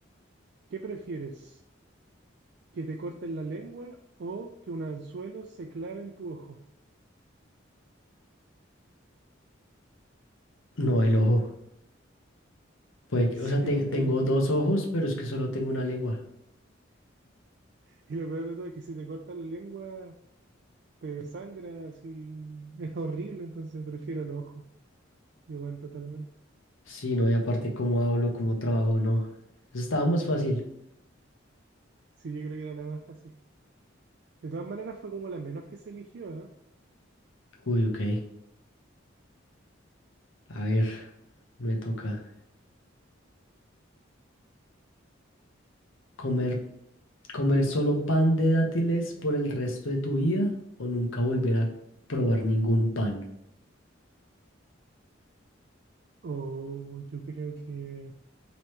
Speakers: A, on the right; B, on the left.
A: ¿Qué prefieres? ¿Que te corten la lengua o que un anzuelo se clave en tu ojo? <laughs>
B: No, el ojo. Puede que-
A: Sí,
B: o sea, te-
A: totalmente.
B: tengo dos ojos, pero es que solo tengo una lengua.
A: Y lo peor de todo es que si te cortan la lengua, te desangras y <laughs> es horrible, entonces prefiero los ojos. Igual, totalmente.
B: Sí, no, y aparte cómo hablo, cómo trabajo, no. Eso estaba más fácil.
A: Sí, yo creo que era la más fácil. De todas maneras, fue como la menos que se eligió, ¿ah?
B: Uy, ok. A ver, me toca. ¿Comer, comer solo pan de dátiles por el resto de tu vida o nunca volver a probar ningún pan?
A: O yo creo que